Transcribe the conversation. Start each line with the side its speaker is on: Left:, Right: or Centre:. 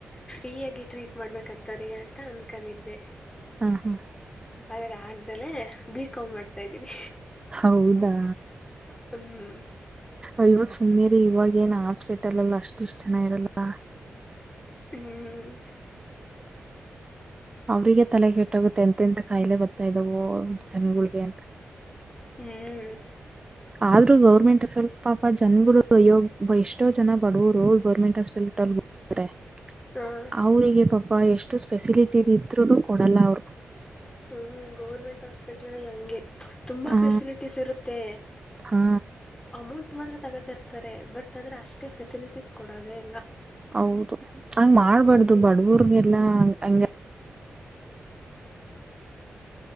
Left: ಫ್ರೀ ಆಗಿ ಟ್ರೀಟ್ ಮಾಡ್ಬೇಕಂತ ಅಂತ ಅನ್ಕೊಂಡಿದ್ದೆ
Right: ಹಾ ಹಾ
Left: ಆದ್ರೆ ಆಗ್ದಲೆೇ ಬೀ ಮಾಡ್ತಾ ಇದ್ದೀನಿ.
Right: ಹೌದಾ.
Left: <unintelligible>
Right: ಅಯ್ಯೋ ಸುಮ್ಮೀರಿ ಇವಾಗೇಏನ್ ಹಾಸ್ಪೆಟಲ್ ಎಲ್ಲ ಅಷ್ಟ ಇಷ್ಟ ಜನ ಇರಲ್ಲ.
Left: ಹ್ಮ್.
Right: ಅವ್ರಿಗೆ ತಲೆ ಕೆಟ್ಟೋಗುತ್ತೆ ಎಂತೆ ಎಂತ ಕಾಯಿಲೆ ಗೊತ್ತಾ ಇದ್ದವು ಜನಗಳಿಗೆ
Left: ಹ್ಮ್.
Right: ಆದ್ರ ಗೌರ್ಮೆಂಟ್ ಸ್ವಲ್ ಪಾಪ ಜನ್ಗಳು ಎಷ್ಟೋ ಜನ ಬಡವರು ಗೌರ್ಮೆಂಟ್ ಹಾಸ್ಪೆಲ್ ತೊ <unintelligible>
Left: ಹಾಂ
Right: ಅವರಿಗೆ ಪಾಪ ಎಷ್ಟು ಸ್ಪೆಸಿಲಿಟಿ ಇದ್ರೂ ಕೊಡಲ್ಲ ಅವರು.
Left: ಹ್ಮ್ ಗೌರ್ಮೆಂಟ್ ಹಾಸ್ಪಿಟ್ಲ್ ಎ ಹಂಗೆ ತುಂಬಾ
Right: ಹ
Left: ಫೆಸಿಲಿಟೀಸ್ ಇರುತ್ತೆ
Right: ಹಾ
Left: ಅಮೌಂಟ್. ಮಾತ್ರ ತಗಸಿ ಇರ್ತಾರೆ ಬ--ಆದ್ರೆ ಅಷ್ಟೇ ಫೆಸಿಲಿಟೀಸ್ ಕೊಡೋದೆೇ ಇಲ್ಲ.
Right: ಹೌದು ಹಂಗ್ ಮಾಡಬಾರದು ಬಡವರ್ಗೆಲ್ಲಾ ಹ ಹಂಗ